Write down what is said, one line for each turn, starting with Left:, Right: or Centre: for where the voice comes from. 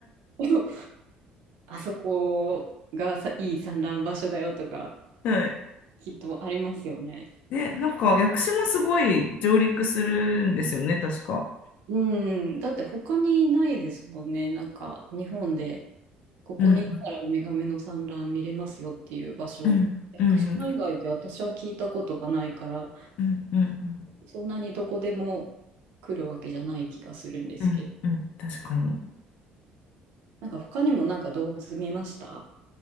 Right: <laughs> あそこがさ、いい産卵場所だよとか、
Left: はい。
Right: きっとありますよね。
Left: で、なんか、薬師もすごい上陸するんですよね、確か。
Right: うん、だって他にないですもんね。なんか、日本で、ここに行ったらウミガメの産卵見れますよっていう場所。
Left: うんうん、
Right: 屋久島以外で私は聞いたことがないから、
Left: うん、うん、うん、
Right: そんなにどこでも来るわけじゃない気がするんですけど。
Left: うん、うん、確かに。
Right: なんか他にもなんか動物見ました